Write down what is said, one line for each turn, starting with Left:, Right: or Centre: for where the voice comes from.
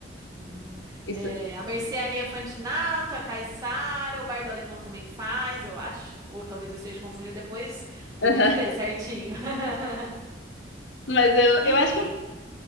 Right: Uhum.
Left: Isso.
Right: É, a Mercearia Fantinato, a Caiçara, o Bar do Alemão também faz, eu acho. Ou talvez eu esteja confundindo. Depois, depois
Left: aham.
Right: a gente vê certinho. <laughs>
Left: Mas eu,
Right: E.
Left: eu acho que